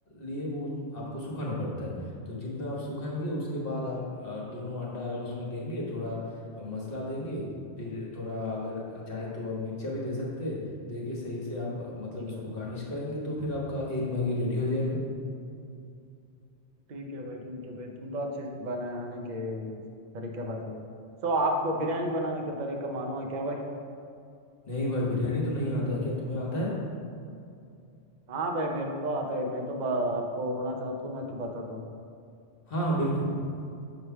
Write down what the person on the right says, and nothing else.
ठीक
है भाई
ठीक है भाई ठीक है भाई तुम तो अच्छे से बनाने के तरीके बताओ सो आपको बिरयानी बनाने का तरीका मालूम है क्या भाई
हाँ भाई मेरे को आता है मैं तो ब- आपको होना चाहता हूँ मैं तो बताता हूँ